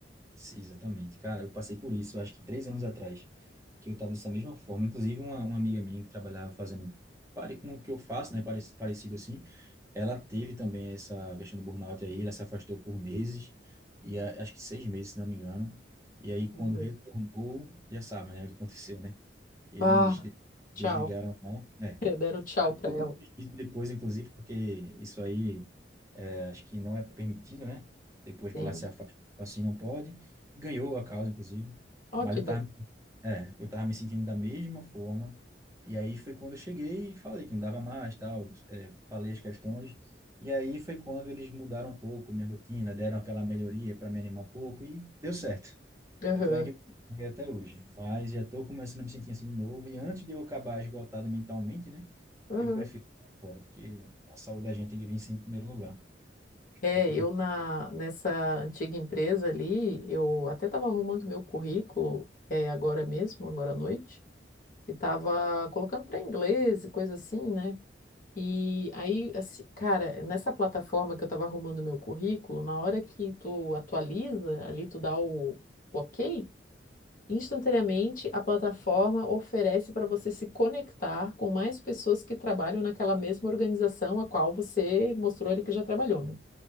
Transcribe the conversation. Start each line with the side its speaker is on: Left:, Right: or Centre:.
Right: Sim, exatamente. Cara, eu passei por isso, acho que três anos atrás, que eu estava dessa mesma forma. Inclusive, uma, uma amiga minha que trabalhava fazendo pare com o que eu faço, né, parec- parecido assim, ela teve também essa questão do burnout aí, ela se afastou por meses, e a- acho que seis meses, se não me engano. E aí, quando
Left: Uhum.
Right: retornou, já sabe, né, o que aconteceu, né? Eles
Left: Bah,
Right: de- desligaram,
Left: tchau.
Right: né?
Left: <laughs> Deram tchau
Right: É.
Left: pra
Right: Tocando
Left: ela.
Right: justiça depois, inclusive, porque isso aí acho que não é permitido, né? Depois que
Left: Sim.
Right: ela se afasta, tipo assim não pode. Ganhou a causa, inclusive.
Left: Ó,
Right: Mas
Left: que
Right: eu
Left: bom.
Right: tava, é, eu tava me sentindo da mesma forma. E aí foi quando eu cheguei e falei que não dava mais, tal. é, falei as questões. E aí foi quando eles mudaram um pouco minha rotina, deram aquela melhoria para me animar um pouco e deu certo.
Left: Aham,
Right: Tanto é que eu fiquei até hoje. Mas já estou começando a me sentir assim de novo. E antes de eu acabar esgotado mentalmente, né?
Left: aham.
Right: Eu prefiro ficar fora, porque a saúde da gente tem que vir sempre em primeiro lugar.
Left: É,
Right: É o que eu estou
Left: eu na, nessa antiga empresa ali, eu até estava arrumando meu currículo, é, agora mesmo, agora à noite, e estava colocando para inglês e coisa assim, né? E aí, assim, cara, nessa plataforma que eu estava arrumando meu currículo, na hora que tu atualiza, ali tu dá o ok, Instantaneamente, a plataforma oferece para você se conectar com mais pessoas que trabalham naquela mesma organização a qual você mostrou ali que já trabalhou, né?